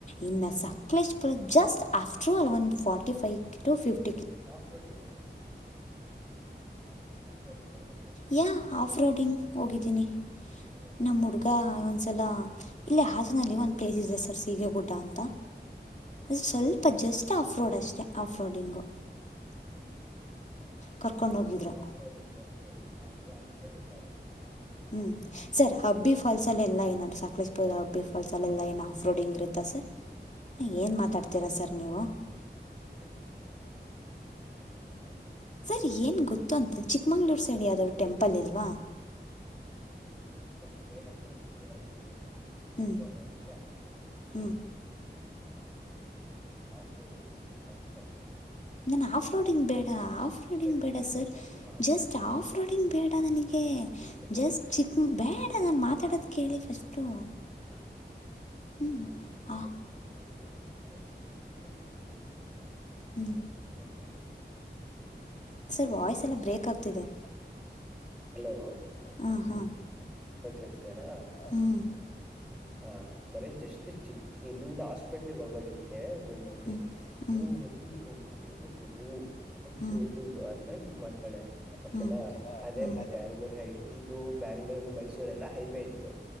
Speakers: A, on the left (about 40°); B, in the centre.
A: ಇನ್ನು ಸಕಲೇಶ್ ಪುರ ಜಸ್ಟ್ ಆಫ್ಟರ್ ಒಂದು ಫಾರ್ಟಿ ಫವ್ ು ಫ್ಟಿ <inaudible>
B: ಸಾಫ್ಟ್ ರೋಡಿಂಗ್ ಆಫ್ಟ್ ರೋಡಿಂಗ್ ಯಾವಾಗಾದ್ರೂ ಹೋಗಿದ್ರಾ
A: ಯ ಆಫ್ ರೋಡಿಂಗ್ ಹೋಗಿದ್ದೀನಿ
B: ಯಾವಾಗ
A: ನಮ್
B: ಅಂತ
A: ಹುಡ್ಗ
B: ಹೇಳಿದ್ರಿ
A: ಒಂದ್ಸಲ ಇಲ್ಲಿ ಲ್ಲಿ ಒಂದು ಪ್ಲೇಸ್ ಇದೆ ಸರ್ ಸೀಗೆ ಗುಡ್ಡ ಅಂತ
B: ಹಾ
A: ಅ ಸ್ವಲ್ಪ ಜಸ್ಟ್ ಅಷ್ಟ ಆಫ್ರೋಡ್ ಅಷ್ಟೇ ಆಫ್ರೋಡಿಂಗು ಕರ್ಕೊಂಡೋಗಿದ್ರು
B: ಪಾಪರ ಅಡಿ ಓಕೆ ಹ ಅದಕ್ಕೆ ಬಚ್ಚಾವಾಗಿದ್ದೀರಾ
A: ಹ್ಮ್ ಸರ್ ಹಬ್ಬಿ ಫಾಲ್ಸ್ ಅಲ್ಲ ಎಲ್ಲಾ ಏನಾರು ಸಾಕಲೇಶ ಪಲ್ ಹಬ್ಬಿ ಫಾಲ್ಸ್ ಎಲ್ಲ ಏನ್ ಆಫ್್ರೋಡಿಂಗ್ ಇರುತ್ತೆ ಸರ್ ಏನು ಮಾತಾಡ್ತೀರಾ
B: ಅಪ್ಪ ಹಾ
A: ಸರ್ ನೀವು
B: ಹಾ
A: ಸರ್ ಏನ್ ಗೊತ್ತು ಅಂತೆ ಚಿಕ್ಕಮಂಗ್ಳೂರು ಸೈಡ್ ಯಾವ್ದಾದ್ರು ಟೆಂಪಲ್ ಇಲ್ವಾ
B: ಹ <inaudible> ಜಗ ಮಳವಣ
A: ಹ್ಞೂ
B: ಅಬ ಮನುಷ್ಯ <unintelligible>
A: ಹ್ಞೂ
B: ಆಪ್ರ್ಡಿಂಗ್ ಅಲ್ಲಿ ಸಟ್ಟಪ್ಪನೆ
A: ನಾನ ಆಫ್ ರೋಡಿಂಗ್ ಬೇಡ ಆಫ್ ರೋಡಿಂಗ್
B: ಪ್ರೆಗ್ನೆನ್ಸಿ
A: ಬೇಡ ಸರ್
B: ಟೈಮಲ್ಲಿ ಮಾಮೂಲಿ
A: ಜಸ್ಟ್
B: ಹ್ಞೂ
A: ಆಫ್ ರೋಡಿಂಗ್ ಬೇಡ ನನ
B: ತಡೀರಿ
A: ಜಸ್ಟ್
B: ತಡೀರಿ
A: ಚಿಕ್ಕ ಬೇಡ ನಾನು ಮಾತಾಡದ ಕೇಳಿ ಫಸ್ಟು
B: ಇದ ಮಾತ್ರ
A: ಹ್ಞೂ
B: ಸ <unintelligible>
A: ಆ
B: ಎಕ್ಕರೆಿಗೆಡಿ ಒಂದು ಹೇಳ
A: ಹ್ಞೂ
B: ಪ್ರಜ <inaudible>
A: ಸರ್ ವಾಯ್ಸ್ ಎಲ್ಲ ಬ್ರೇಕ್ ಆಗ್ತಿದೆ
B: ಹಲೋ.
A: ಹ್ಮ ಹಾ
B: ಕೇಳಿಸಿದೇನಾ
A: ಹ್ಮ್
B: ಹ ಬರೀ ಜಸ್ಟ್ ಚಿಕ್ ಇಲ್ಲಿಂದ ಹಾಸ್ಪಿಟ್ಲ್ಗ್ ಹೋಗೋದಿಕ್ಕೆ ಏ ನೆಂಂತ
A: ಹ್ಮ್ ಹ್ಮ್
B: ಹೂ ಮಲು ಕ ಹಕು ಮಲು ಕೋಗು ಹ ಹಂಸು
A: ಹ್ಮ್
B: ಇದು ಇದು ಅಂದಾಗ ಇದ್ ಮಾಡ್ತಾಳೆ ಓಕೆನಾ
A: ಹ್ಮ್
B: ಅದೇ
A: ಹ್ಮ್
B: ಬೆಂಗಳೂರು ಹೈ ಇದು ಬ್ಯಾಂಗ್ಳೂರು ಮೈಸೂರ್ ಎಲ್ಲ ಹೈವೇ ಇತ್ತು.